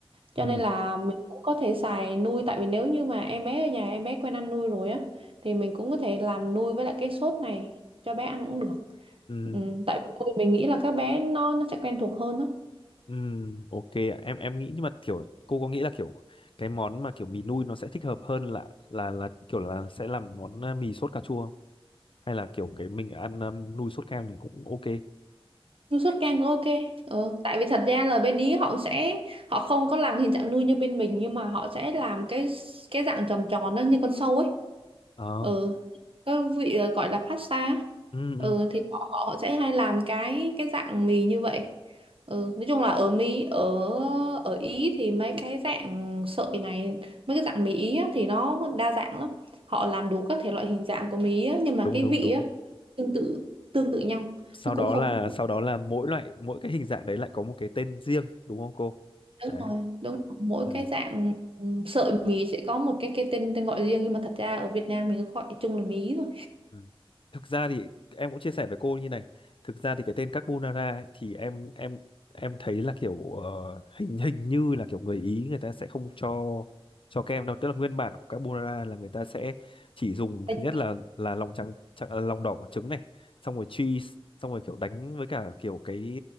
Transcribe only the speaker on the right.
cho
nên là mình cũng có thể xài nui tại vì nếu như mà em bé ở nhà em bé quen ăn nui rồi á thì mình cũng có thể làm nui với lại cái sốt này cho bé ăn cũng được
ừ, tại vì nui mình nghĩ là các bé nó nó sẽ quen thuộc hơn á
nuôi sốt kem cũng ok ờ, tại vì thật ra là bên Ý họ sẽ họ không có làm hình dạng nuôi như bên mình nhưng mà họ sẽ làm cái cái dạng tròn tròn đó như con sâu ấy
ừ cái vị ờ, gọi là pasta á.
ừ
thì họ, họ sẽ hay làm cái cái dạng mì như vậy ừ nói chung là ở Mỹ ở ở Ý thì mấy cái dạng sợi này mấy cái dạng mì Ý á, thì nó đa dạng lắm họ làm đủ các thể loại hình dạng của mì Ý á, nhưng mà
cái
vị
á, tương tự tương tự nhau
nó
cũng không
có
Đúng
rồi, đúng rồi. Mỗi
cái dạng ừ, sợi mì sẽ có một cái cái tên tên gọi riêng nhưng mà thật ra ở Việt Nam mình cứ gọi chung là mí thôi.
Ừ.